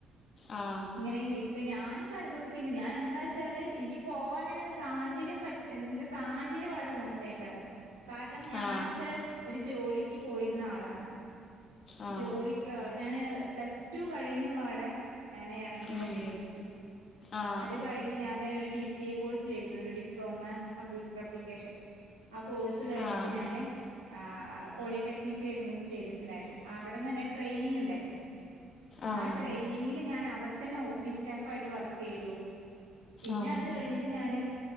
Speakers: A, on the left (about 45°); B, on the right (about 75°).
A: ആ
B: ഇങ്ങനെ ഈ വീട്ടില് ഞാനിപ്പ അനുഭവിക്ക്ണ്ട് ഞാനെന്താച്ചാല് എനിക്ക് പോവാന് സാഹചര്യം പ എന്റെ സാഹചര്യം വളരെ മോശായിട്ടാണ് കാരണം
A: ആ
B: ഞാനൊക്കെ ഒരു ജോലിക്ക് പോയിര്ന്ന ആളാണ്
A: ആ
B: ജോലിക്ക് ഞാന് പ്ലസ് ടു കഴിഞ്ഞപാടെ ഞാന് എറങ്ങിയതാ
A: ഉം
B: ജോലിക്ക്
A: ആ
B: അത് കഴിഞ്ഞ് ഞാന് ഒരു ഡി സി എ കോഴ്സ് ചെയ്തിര്ന്നു ഒരു ഡിപ്ലോമ കമ്പ്യൂട്ടർ അപ്ലിക്കേഷൻ ആ കോഴ്സ് കഴിഞ്ഞിട്ട്
A: ആഹ്
B: ഞാന് ആ പോളിടെക് ക്നിലേര്ന്നു ചെയ്ടത്ട്ട്ണ്ടായിര്ന്നെ അവ്ട്ന്നെന്നെ ട്രെനിങ്ങ്ണ്ടായിരുന്നു
A: ആഹ്
B: ആ ട്രെയിനിങ് ങ്ങില് ഞാൻ അവടെ തന്നെ ഓഫീസ് സ്റ്റാഫായിട്ട് വർക്കെയ്തു പിന്നെ
A: ആഹ്
B: അത് കഴിഞ്ഞിട്ട് ഞാന്